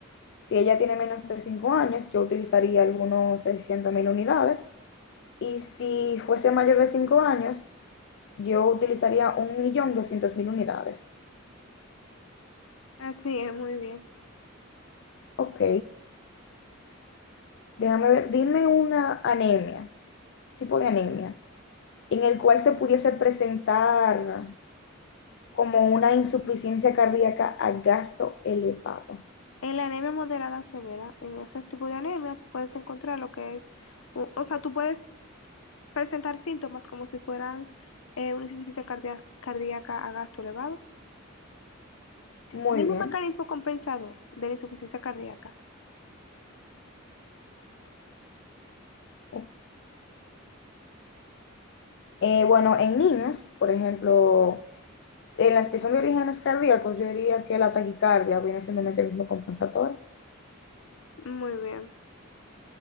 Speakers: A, on the left; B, on the left.
A: si ella tiene menos de 5 años, yo utilizaría algunos seiscientos mil unidades. Y si fuese mayor de 5 años, yo utilizaría 1.200.000 unidades.
B: Así es, muy bien.
A: Ok. Déjame ver, dime una anemia, tipo de anemia, en el cual se pudiese presentar como una insuficiencia cardíaca a gasto elevado.
B: En la anemia moderada o severa, en ese tipo de anemia, tú puedes encontrar lo que es, o o sea, tú puedes presentar síntomas como si fueran eh, una insuficiencia cardia- cardíaca a gasto elevado.
A: Muy
B: Mismo
A: bien,
B: mecanismo compensador de la insuficiencia cardíaca.
A: ok. Eh, bueno, en niños, por ejemplo, en las que son de orígenes cardíacos, yo diría que la taquicardia viene siendo un mecanismo compensatorio.
B: Muy bien.